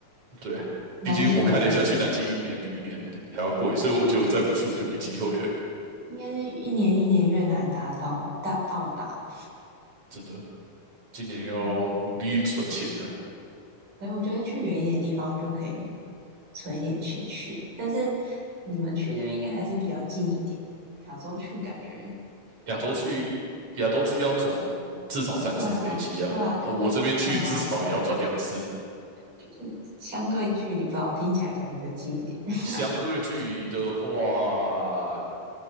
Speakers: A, on the right (about 45°); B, on the right (about 85°).
A: 对，
B: 南极也是，
A: 毕竟我看了一下，
B: 应
A: 去南极一年比一年还要贵，所以我觉得我再不去我就没机会了。
B: 该是一年一年越南达到到到达，
A: 真的，今年要努力存钱了。
B: 嗯，所以我觉得去远一点的地方就可以存一点钱去，但是你们去那边应该还是比较近一点，亚洲去感觉，
A: 亚洲去亚洲去要转至少三次飞机啊，
B: 对啊，对啊，就会更麻烦，
A: 呃我这边去至少也要转两次。
B: 就是相对距离不好，听起来感觉比较近一点。<laughs>
A: 相对距离的话，